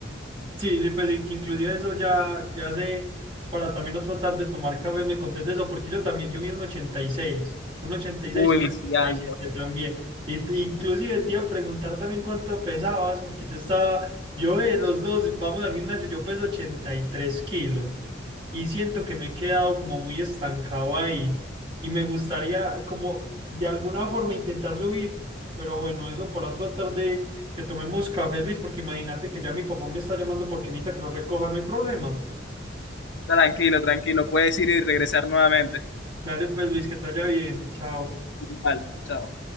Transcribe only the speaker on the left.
Uy,
sí, algo.
Tranquilo, tranquilo. Puedes ir y regresar nuevamente.
Igual, chao.